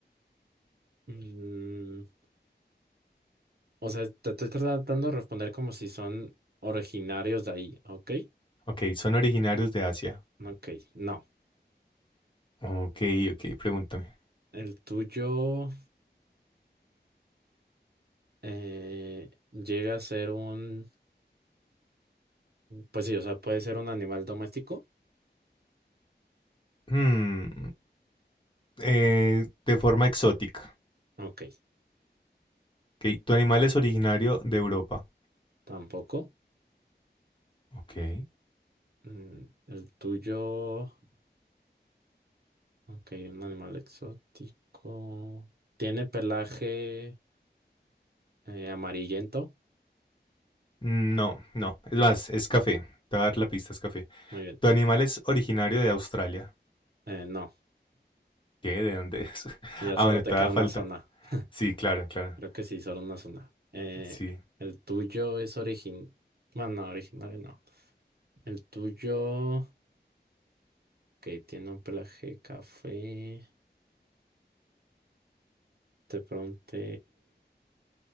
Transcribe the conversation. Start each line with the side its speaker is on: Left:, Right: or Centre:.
Right: mm, o sea, te estoy tratando de responder como si son originarios de ahí. Ok,
Left: Ok, son originarios de Asia.
Right: ok, no.
Left: Ok, ok, pregúntame.
Right: El tuyo eh, llega a ser un, pues sí, o sea, puede ser un animal doméstico.
Left: Hmm, eh, de forma exótica.
Right: Ok,
Left: Ok, tu animal es originario de Europa.
Right: tampoco.
Left: Ok.
Right: Mm, El tuyo, ok, un animal exótico. ¿Tiene pelaje eh, amarillento?
Left: No, no. Es más, es café. Te voy a dar la pista, es café.
Right: Muy bien.
Left: Tu animal es originario de Australia.
Right: Eh, no,
Left: ¿Qué? ¿De dónde es? <laughs>
Right: ya
Left: Ah,
Right: solo
Left: bueno,
Right: te
Left: todavía
Right: queda
Left: falta.
Right: una zona. <laughs>
Left: Sí, claro, claro.
Right: Creo que sí, solo una zona. Eh,
Left: Sí.
Right: el tuyo es origin... Bueno, no, originario no. El tuyo, que tiene un pelaje café. De pronto,